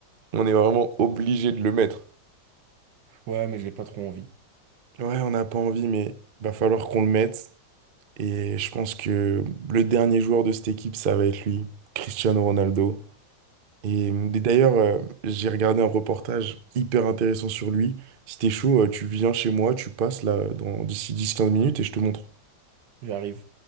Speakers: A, on the right; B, on the right.
A: on est vraiment obligé de le mettre.
B: Ouais, mais j'ai pas trop envie.
A: Ouais, on n'a pas envie, mais va falloir qu'on le mette. Et je pense que le dernier joueur de cette équipe, ça va être lui, Cristiano Ronaldo. Et euh, d'ailleurs, euh, j'ai regardé un reportage hyper intéressant sur lui. Si t'es chaud, euh, tu viens chez moi, tu passes là dans d'ici dix 15 minutes et je te montre.
B: J'arrive.